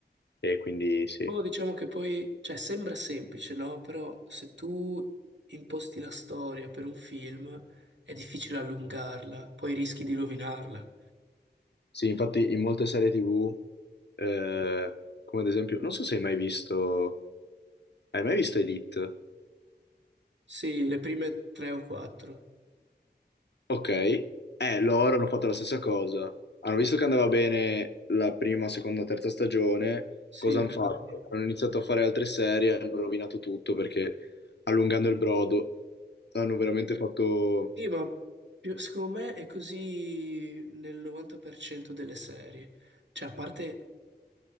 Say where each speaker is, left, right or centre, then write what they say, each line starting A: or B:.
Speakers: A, on the left (about 70°); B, on the right (about 80°).
A: E quindi sì.
B: Oh, diciamo che poi, cioè, sembra semplice, no? Però se tu imposti la storia per un film è difficile allungarla, poi rischi di rovinarla.
A: Sì, infatti in molte serie TV, eh, come ad esempio, non so se hai mai visto, hai mai visto Elite?
B: Sì, le prime tre o quattro.
A: Ok, eh, loro hanno fatto la stessa cosa. Hanno visto che andava bene la prima, seconda, terza stagione.
B: Sì,
A: Cosa
B: infatti.
A: hanno fatto? Hanno iniziato a fare altre serie, hanno rovinato tutto perché allungando il brodo hanno veramente fatto...
B: Sì, ma più- secondo me è così nel 90% delle serie. Cioè, a parte